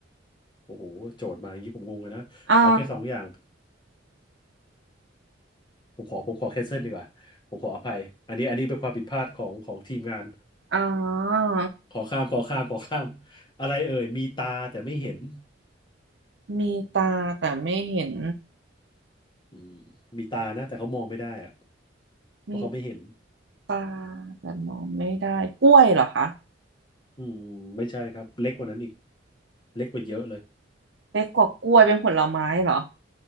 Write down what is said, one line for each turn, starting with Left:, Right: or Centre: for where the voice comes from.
Left: โอ้โหโจทย์มาอย่างนี้ผมงงเลยนะเอาแค่สองอย่าง
Right: อ่า
Left: ผมขอผมขอแคนเซิลดีกว่าผมขออภัยอันนี้อันนี้เป็นความผิดพลาดของของทีมงาน
Right: อ่า
Left: ขอข้ามขอข้ามขอข้ามอะไรเอ่ยมีตาแต่ไม่เห็น
Right: มีตาแต่ไม่เห็น
Left: อืมมีตานะแต่เขามองไม่ได้อะเพราะเขาไม่เห็น
Right: มีตาแต่มองไม่ได้กล้วยเหรอคะ
Left: อืมไม่ใช่ครับเล็กกว่านั้นอีกเล็กกว่าเยอะเลย
Right: เล็กกว่ากล้วยเป็นผลไม้เหรอ